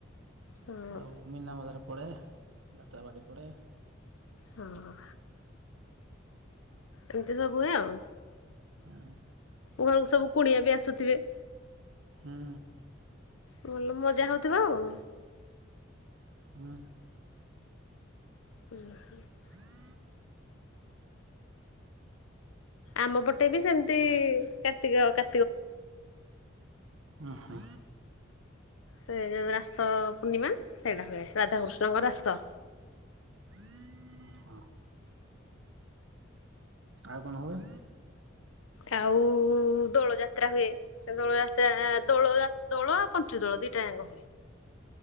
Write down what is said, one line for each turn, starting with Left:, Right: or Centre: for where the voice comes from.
Left: ହଁ
Right: ଆଉ ମୀନା ବଜାର ପଡେ, <inaudible> ଯାତ୍ରା ପାଟି ପଡେ।
Left: ହଁ। ଏମିତି ସବୁ ହୁଏ ଆଉ।
Right: <inaudible>
Left: ଘରକୁ ସବୁ କୁଣିଆ ବି ଆସୁଥିବେ?
Right: ହୁଁ।
Left: ଭଲ ମଜା ହଉଥିବ ଆଉ
Right: ହଁ।
Left: <inaudible>
Right: <unintelligible>
Left: ଆମ ପଟେ ବି ସେମିତି କାର୍ତ୍ତିକ କା
Right: <inaudible> ଓ ହୋ।
Left: ସେ ଯୋଉ ରାସ - ସ ପୂର୍ଣ୍ଣିମା <inaudible> ସେଇଟା ହୁଏ ରାଧାକୃଷ୍ଣଙ୍କ ରାସ
Right: <inaudible> ହଁ। ଆଉ କଣ ହୁଏ?
Left: ଆଉ ଉ ଉ ଉ ଉ ଦୋଳ ଯାତ୍ରା ହୁଏ। ସେ ଦୋଳଯାତ୍ରା ଆ - ଆ - ଆ ଦୋଳ ଯା ଦୋଳ ପଞ୍ଚୁ ଦୋଳ ଦିଟା ଯାକ ହୁଏ